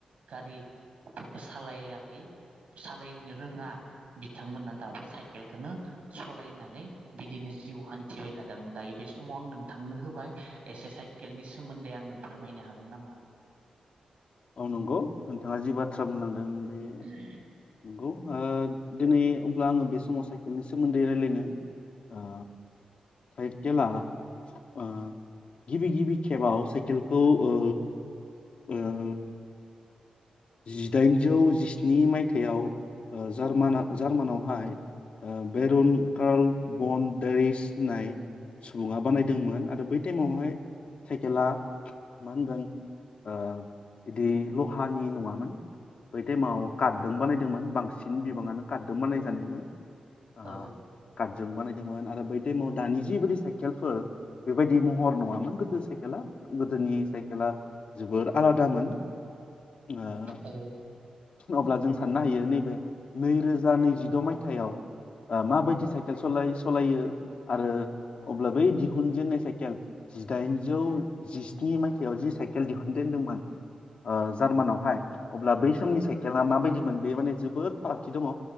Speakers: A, on the right; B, on the left.
A: गारिफोरखौ सालायाखै सालायनो रोङा बिथांमोना दाबो साइकेलखौनो सलायनानै बिदिनो जिउ हान्थिबाय थादों दायो बे समाव आं नोंथांनो होबाय एसे साइकेलनि सोमोन्दै आंनो फोरमायनो हागोन नामा?
B: औ नंगौ नोंथाङा जि बाथ्रा बुंलांदों
A: <unintelligible>
B: बे नंगौ ओ दिनै अब्ला आंङो बे समाव साइकेलनि सोमोन्दै रायलायनो ओ साइकेला ओ गिबि गिबि खेबाव साइकेल औ ओ ओ जिदाइनजौ जिस्नि मायथाइयाव ओ जार्माना जार्मानावहाय ओ बेरुन काल बन देरिस होननाय सुबुङा बानायदोंमोन आरो बै टाइमावहाय साइकेला मा होनगोन ओ बिदि ल'हानि नङा मोन बै टाइमाव खारदों बानाय मोन बांसिन बिबाङानो खारदो बानाय
A: औ
B: जानाय मोन आ
A: औ
B: खाद जों बानायदोंमोन आरो बै टाइमाव दानि जिबायदि साइकेलफोर बेबायदि महर नङामोन गोदो साइकेला गोदोनि साइकेला जोबोर आलादामोन ओ
A: औ
B: अब्ला जों साननो हायो नै बे नैरोजा नैजिद' माय थाइयाव ओ माबायदि साइकेल सलायो सलायो आरो अब्ला बै दिहुनजेननाय साइकेल जिदाइनजौ जिस्नि मायथाय सयाव जि साइकेल दिहुनजेनदोंमोन ओ‌ जार्मानयावहाय अब्ला बै समनि साइकेला माबायदिमोन बे माने जोबोद फारागथि दङ